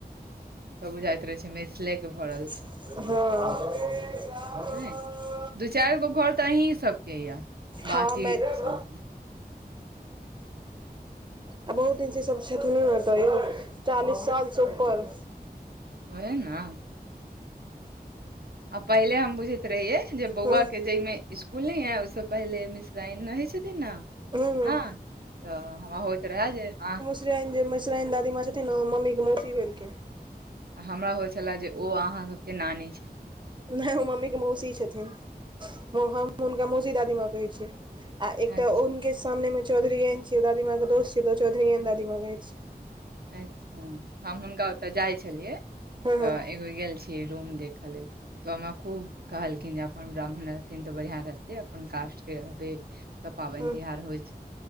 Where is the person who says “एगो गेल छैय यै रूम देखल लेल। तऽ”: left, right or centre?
Right